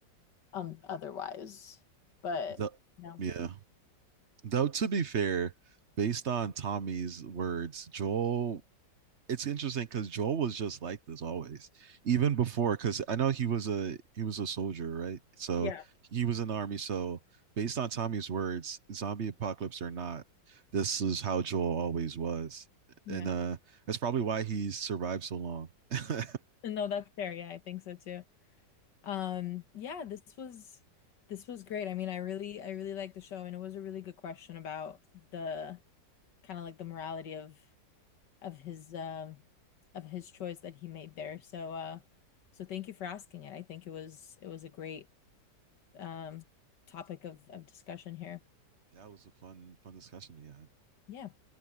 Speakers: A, on the left; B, on the right.
A: um otherwise. But
B: the
A: no.
B: yeah. Though to be fair, based on Tommy's words, Joel it's interesting because Joel was just like this always, even before. Because I know he was a he was a soldier, right? So
A: Yeah.
B: he was in the army. So based on Tommy's words, zombie apocalypse or not, this is how Joel always was,
A: Yeah.
B: and uh, that's probably why he survived so long. <laughs> that
A: No, that's fair. Yeah, I think so too. Um, yeah, this was this was great. I mean, I really I really liked the show and it was a really good question about the kind of like the morality of of his um of his choice that he made there. So uh so thank you for asking it. I think it was it was a great um topic of of discussion here.
B: was a fun fun discussion we had. All
A: Yeah.